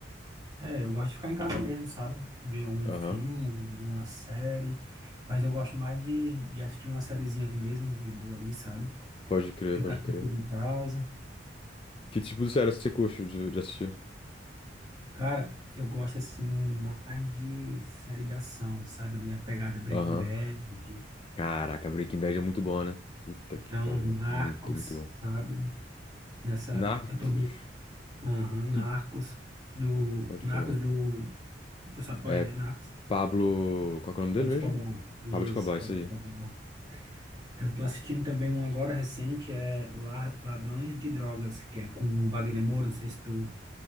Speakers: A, on the right (about 20°); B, on the left (about 30°).
A: É, eu gosto de ficar em casa mesmo, sabe? Ver um
B: Aham,
A: filme, uma série, mas eu gosto mais de, de assistir uma sériezinha mesmo, de boa ali, sabe?
B: Pode crer,
A: Ficar
B: pode
A: tranquilo
B: crer.
A: em casa.
B: Que tipo de série você curte de, de assistir?
A: Cara, eu gosto assim mais de série de ação, sabe? Ali a pegada Breaking
B: Aham.
A: Bad, de-
B: Caraca, Breaking Bad é muito bom, né? Puta
A: então
B: que pariu,
A: Narcos,
B: muito, muito bom.
A: sabe? Nessa,
B: Narcos?
A: eu tô, aham, Narcos
B: Tu-
A: do,
B: Pode
A: Narcos
B: crer.
A: do, tu sabe qual
B: É
A: é, né? Narcos,
B: Pablo. Qual que é o nome dele
A: Pablo
B: mesmo?
A: Escobar. Isso,
B: Pablo Escobar,
A: Pablo
B: isso aí.
A: Escobar. Eu tô assistindo também um agora recente, é La- Ladrões de Drogas, que é com o Wagner Moura, não sei se tu